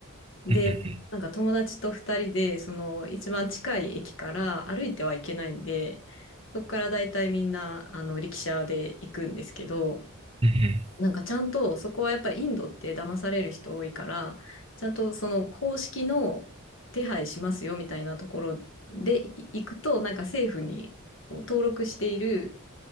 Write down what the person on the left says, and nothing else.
で、
なんか友達と二人で、その一番近い駅から歩いてはいけないんで、そこからだいたいみんな、あの、力車で行くんですけど、
なんかちゃんと、そこはやっぱりインドって騙される人多いから、ちゃんとその公式の手配しますよみたいなところでい行くと、なんか政府にこう登録している